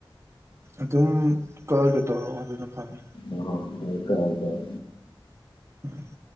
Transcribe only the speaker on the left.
ꯑ ꯍ ꯍꯥꯏꯀꯀꯥꯏ